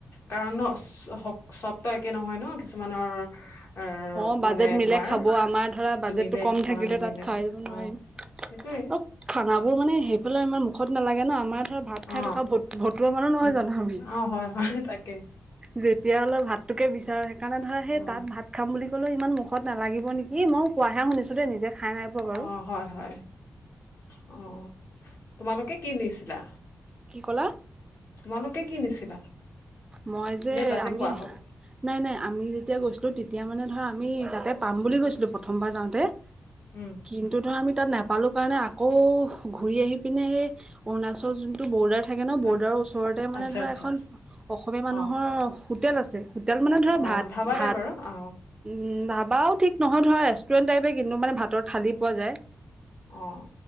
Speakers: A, on the left; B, on the right.
A: কাৰণ ন শ হক চব ত একে নহয় ন কিছুমানৰ আৰ,
B: অ বাজেট
A: মানে
B: মিলে
A: তোমাৰ
B: খাব আমাৰ ধৰা বাজেটটো
A: মিলে
B: কম
A: কিছুমানৰ
B: থাকিলে
A: নিমিলে
B: তাত খাই দিব নোৱাৰিম।
A: অ সেইটোৱে
B: অ খানাবোৰ মানে সেইফালে আমাৰ মুখত নালাগে ন আমাৰ ভাত
A: অ
B: খাই থকা ভ ভতুৱা মানুহ নহয়
A: সেই-
B: জানো আমি।
A: অ হয় হয় তাকে
B: যেতিয়া হলো ভাত টোকে বিচাৰো সেইকাৰণে ধৰা সেই
A: অ
B: তাত ভাত। কাম বুলি কলেও ইমান মুখত নালাগিব নেকি ময়ো কোৱাহে শুনিছোঁ দেই নিজে খাই নাই পোৱা বাৰু
A: অ হয় হয় অ। তোমালোকে কি নিছিলা?
B: কি কলা?
A: তোমালোকে কি নিছিলা?
B: মই যে
A: নে তাতে
B: আমি
A: খোৱা হ'ল
B: নাই নাই আমি যেতিয়া গৈছিলোঁ তিত- তেতিয়া মানে ধৰা আমি তাতে পাম বুলি গৈছিলোঁ প্ৰথমবাৰ যাওঁতে
A: উম
B: কিন্তু ধৰা আমি তাত নাপালোঁ কাৰণে আকৌ ঘূৰি আহি পিনে সেই অৰুণাচল যোনটো বৰ্ডাৰ। থাকে ন বৰ্ডাৰৰ
A: আ-
B: ওচৰতে মানে
A: আচ্ছা
B: ধৰা
A: আচ্ছা
B: এখন। অসমীয়া মানুহৰ
A: অ
B: হোটেল আছে হোটেল মানে ধৰা ভাত
A: অ ধাবা
B: ভাত।
A: টাইপ আৰু অ
B: উম ভাবাও ঠিক নহয় ধৰা ৰেষ্টুৰেণ্ট টাইপে কিন্তু মানে ভাতৰ ঠালি পোৱা যায়।
A: অহ।